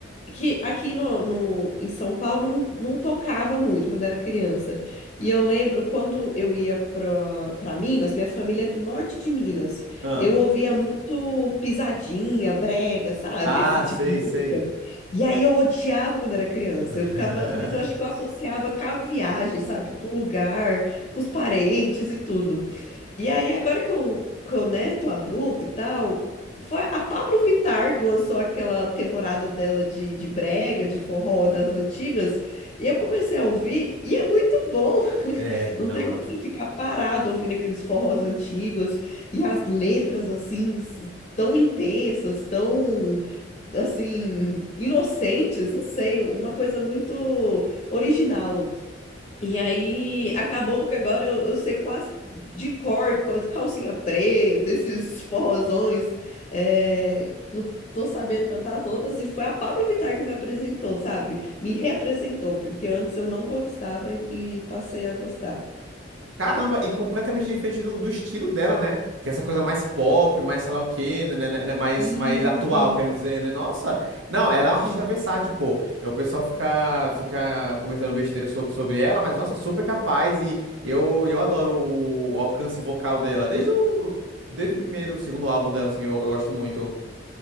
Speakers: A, on the left (about 35°); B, on the right (about 85°).
A: que aqui no, no- em São Paulo não, não tocava muito quando era criança. E eu lembro quando eu ia pra, pra Minas, minha família é do norte de Minas.
B: ah,
A: Eu ouvia muito pisadinha, brega, sabe?
B: ah,
A: <laughs> Esse tipo
B: sei,
A: de música.
B: sei.
A: E aí eu odiava quando era criança.
B: <laughs>
A: Eu ficava, mas eu acho que eu associava com a viagem, sabe? Com o lugar, com os parentes e tudo. E aí, agora que eu, que eu, né, tô adulto e tal, foi a Pablo Vittar que lançou aquela temporada dela de, de brega, de forró das antigas, e eu comecei a ouvir, e é muito bom. <laughs>
B: É,
A: Não
B: não,
A: tem como você ficar parado ouvindo aqueles forrós antigos, e as letras, assim, s- tão intensas, tão, assim, inocentes, não sei, uma coisa muito original. E aí, acabou que agora eu, eu sei quase de cor, co- calcinha preta, esses forrozões, é, que eu tô sabendo cantar todas, e foi a Pablo Vittar que me apresentou, sabe? Me reapresentou, porque antes eu não gostava e, e passei a gostar.
B: Caramba, e completamente diferente do, do estilo dela, né? Que é essa coisa mais pop, mais sei lá o quê, né, né, né, né, mais,
A: Sim,
B: mais atual,
A: sim.
B: quero dizer, né? Nossa, não, ela é
A: Sim.
B: uma artista versátil, pô. É, O pessoal fica, fica comentando besteira so- sobre ela, mas nossa, super capaz e eu, eu adoro o, o alcance vocal dela. Desde o, desde o primeiro, o segundo álbum dela, assim, eu, eu gosto muito.